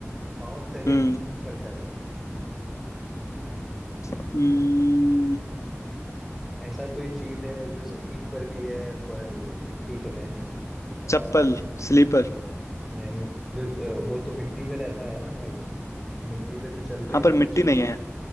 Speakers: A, in the centre; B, on the left.
A: पाँव तले
B: हम्म
A: हूँ पर दर्द नहीं
B: हम्म,
A: बताओ ऐसा कोई चीज है जो जमीन पर भी है पर मिट्टी तो है नहीं
B: चप्पल
A: और
B: स्लीपर
A: नहीं जो जो- वो तो मिट्टी पे रहता है ना भाई मिट्टी पे तो चलते
B: हाँ
A: हैं
B: पर
A: ना
B: मिट्टी
A: उसमें
B: नहीं है